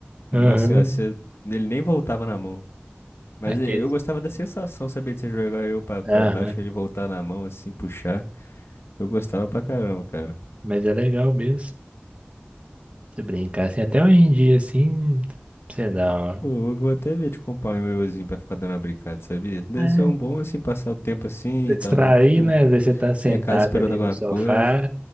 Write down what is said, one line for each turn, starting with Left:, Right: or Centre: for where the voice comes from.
Left: Nossa
Right: Aham,
Left: senhora, você... ele nem voltava na mão. Mas
Right: aqueles.
Left: e- eu gostava da sensação, sabia, de você jogar eu pra, pra
Right: Aham,
Left: baixo e ele voltar na mão, assim, puxar. Eu gostava pra caramba, cara.
Right: mas é legal mesmo. Se brincar assim, até hoje em dia, assim, você dá uma
Left: Pô, eu vou até ver de comprar um ioiôzinho pra ficar dando uma brincada, sabia? Deve
Right: É,
Left: ser um bom, assim, passar o tempo assim
Right: pra
Left: e
Right: distrair,
Left: tá.
Right: né? Às vezes você tá sentado
Left: Tá em casa esperando
Right: ali
Left: alguma
Right: no sofá,
Left: coisa.